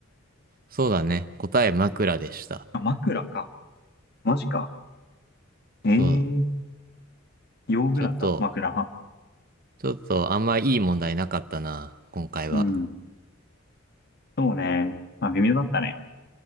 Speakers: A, on the right (about 45°); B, on the left (about 55°).
A: そうだね。答え枕でした。
B: あ、枕か。マジか。ええ
A: そう。
B: 用具なんだ、
A: ちょっと、
B: 枕は。
A: ちょっとあんまいい問題なかったな。今回は。
B: うん。そうね。まあ、微妙だったね。